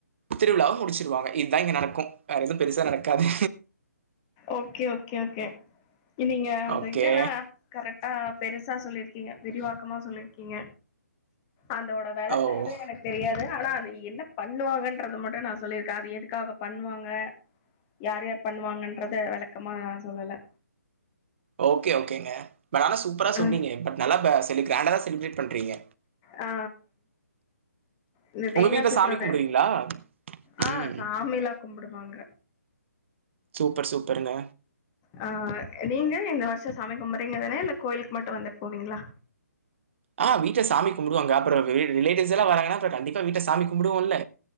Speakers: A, on the right (about 45°); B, on the left (about 25°).
A: திருவிழாவ முடிச்சிருவாங்க இதா இங்க நடக்கு வேற எதுவு பெருசா நடக்காது
B: ஓகே ஓகே ஓகே இ நீங்க அந்த
A: ஓகே
B: இதல்லா கரெக்டா பெருசா சொல்லிருக்கீங்க விரிவாக்கமா சொல்லிருக்கீங்க அதோட வெளக்கோ
A: ஓ
B: எது எனக் தெரியாது ஆனா அது என்ன பண்ணுவாங்கன்றத மட்டு நா சொல்லிருக்க அது எதுக்காக பண்ணுவாங்க யார் யார் பண்ணுவாங்கன்றத வெளக்கமா நா சொல்லல
A: ஓகே ஓகேங்க பட் ஆனா சூப்பரா சொன்னீங்க
B: ம்
A: பட் நல்லா ப செலி கிராண்டாதா செலிப்ரேட் பண்றீங்க
B: ஆ இந்த தேங்கா
A: உங்க வீட்ல
B: சுட்றது
A: சாமி கும்பிடுவீங்களா?
B: ஆ
A: ம்.
B: சாமிலா கும்பிடுவாங்க
A: சூப்பர் சூப்பருங்க
B: ஆ நீங்க இந்த வர்ஷோ சாமி கும்பட்றீங்கதானே இல்ல கோயிலுக்கு மட்டு வந்துட் போவீங்களா
A: ஆ வீட்ல சாமி கும்புடுவாங்க அப்றோ வீ ரிலேட்டிவ்ஸ் எல்லா வராங்கனா அப்புற கண்டிப்பா வீட்ல சாமி கும்புடுவோல்ல